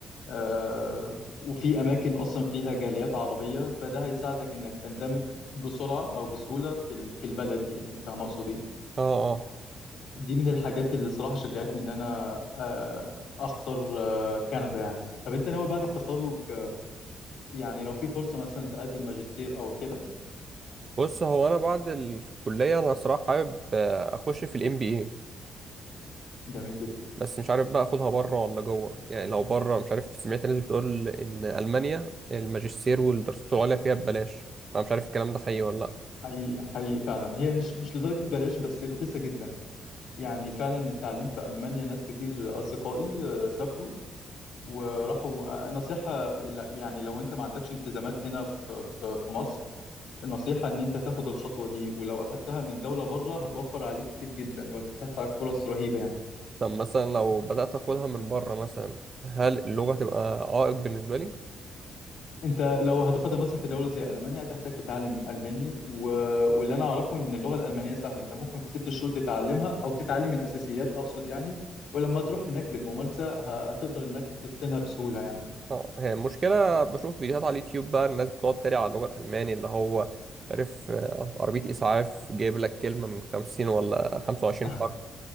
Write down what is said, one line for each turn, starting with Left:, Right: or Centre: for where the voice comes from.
Left: آه، وفي اماكن اصلا فيها جاليات عربية فده هيساعدك انك تندمج بسرعة او بسهولة في ال- في البلد دي يعني فاهم اقصد ايه
Right: اه اه
Left: دي من الحاجات اللي صراحة شجعتني إن أنا آه، أختار آه، كندا يعني طب أنت ناوي بعد التخرج آه، يعني لو في فرصة مثلا تقدم ماجستير أو كده
Right: بص هو انا بعد الكليه انا صراحه حابب آه، اخش في الام بي اي
Left: جميل جدا
Right: بس مش عارف بقى اخدها بره ولا جوه يعني لو بره مش عارف سمعت ناس بتقول ان المانيا الماجستير والدراسات العليا فيها ببلاش انا مش عارف الكلام ده حقيقي ولا لا
Left: حقيقي حقيقي فعلا هي مش مش لدرجة بلاش بس رخيصة جدا يعني فعلا التعليم في ألمانيا ناس كتير أصدقائي آه، سافروا وراحوا آه، نصيحة لا- يعني لو أنت ما عندكش التزامات هنا في في في مصر النصيحة إن أنت تاخد الخطوة دي ولو أخدتها من دولة بره هتوفر عليك كتير جدا وهتفتح لك فرص رهيبة يعني
Right: طب مثلا لو بدات اخدها من بره مثلا هل اللغه تبقى عائق بالنسبه لي
Left: انت لو هتاخدها مثلا في دوله زي المانيا هتحتاج تتعلم الماني و... واللي انا اعرفه ان اللغه الالمانيه سهله انت ممكن في ست شهور تتعلمها او تتعلم الاساسيات اقصد يعني ولما تروح هناك بالممارسه ه- هتقدر انك تتقنها بسهوله يعني
Right: اه هي المشكله بشوف فيديوهات على اليوتيوب بقى الناس بتقعد تريق على اللغه الالماني اللي هو عارف آه، عربيه اسعاف جايب لك كلمه من 50 ولا 25
Left: <laughs>
Right: حرف